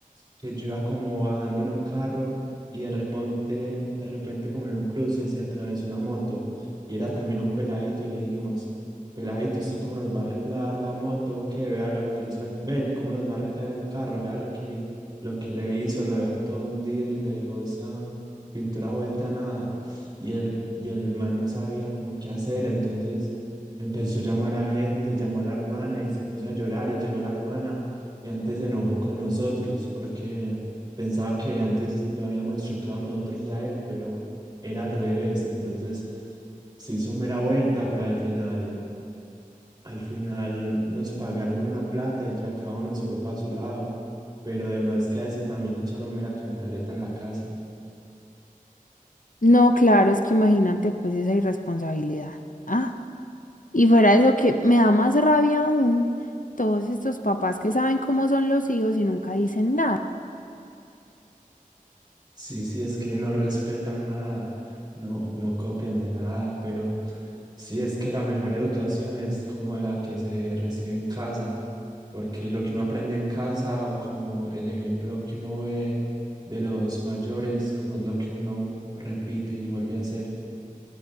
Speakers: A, on the right; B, on the left.
A: que yo iba como bajando en un carro y de repente, de repente como en un cruce se atravesó una moto y era también un peladito y le dijimos, peladito, ¿usted cómo nos va a arreglar la moto? Que vea lo que le hizo, al- ve cómo nos va a arreglar el carro, vea lo que, lo que le hizo, lo dejó todo hundido y le dejó esa pintura vuelta a nada y el, y el man no sabía como qué hacer, entonces... Empezó a llamar a gente, llamó a la hermana y se puso a llorar y llegó la hermana y antes se enojó con nosotros porque pensaba que antes lo habíamos chocado nosotros a él, pero era al revés. Entonces se hizo mera vuelta, pero al final, al final nos pagaron una plata y ya cada uno se fue para su lado. Pero además que a ese también le echaron mera cantaleta en la casa.
B: No, claro, es que imagínate pues esa irresponsabilidad. Ah, y fuera de eso que me da más rabia aún todos estos papás que saben cómo son los hijos y nunca dicen nada.
A: Sí, sí, es que no respetan nada, no, no copian de nada, pero sí, es que la mejor educación es como la que se recibe en casa, porque lo que uno aprende en casa o como el ejemplo que uno ve de los mayores, como es lo que uno repite y vuelve a hacer.